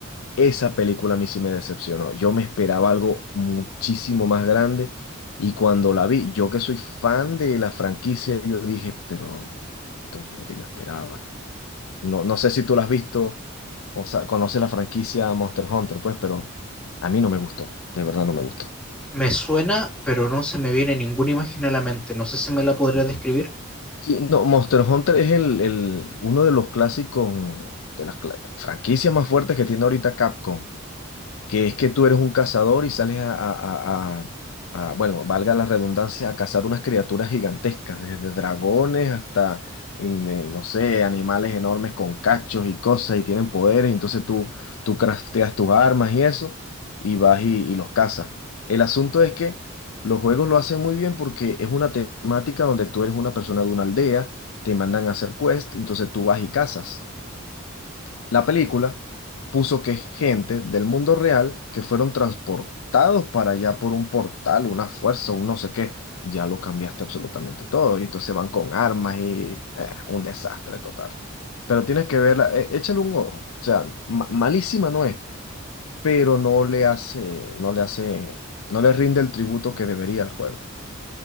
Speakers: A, on the left; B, in the centre.
A: Esa película a mí sí me decepcionó. Yo me esperaba algo muchísimo más grande y cuando la vi, yo que soy fan de la franquicia, yo dije, pero no, esto no es lo que yo esperaba. No, no sé si tú la has visto o sea, conoces la franquicia Monster Hunter, pues, pero a mí no me gustó, de verdad no me gustó.
B: Me suena, pero no se me viene ninguna imagen a la mente. No sé si me la podría describir.
A: Sí, no, Monster Hunter es el, el- uno de los clásicos, de las cla- franquicias más fuertes que tiene ahorita Capcom. que es que tú eres un cazador y sales a, a- a- a- a, bueno, valga la redundancia, a cazar unas criaturas gigantescas, desde dragones hasta, mm, eh, no sé, animales enormes con cachos y cosas y tienen poderes, entonces tú, tú crafteas tus armas y eso y vas y, y los cazas. El asunto es que los juegos lo hacen muy bien porque es una temática donde tú eres una persona de una aldea, te mandan a hacer quest, entonces tú vas y cazas. La película puso que es gente del mundo real que fueron transportados para allá por un portal, una fuerza, un no sé qué. Ya lo cambiaste absolutamente todo. Y entonces van con armas y eh, un desastre total. Pero tienes que verla, eh, échale un ojo. O sea, ma- malísima no es, pero no le hace, no le hace, no le rinde el tributo que debería al juego.